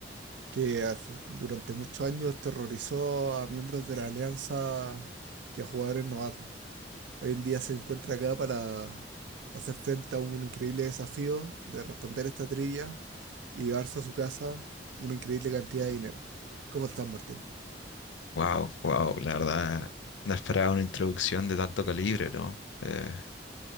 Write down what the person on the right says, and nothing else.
que hace- durante muchos años terrorizó a miembros de la Alianza y a jugadores novatos. Hoy en día se encuentra acá para hacer frente a un increíble desafío de responder esta trivia y llevarse a su casa una increíble cantidad de dinero. ¿Cómo estás, Martín?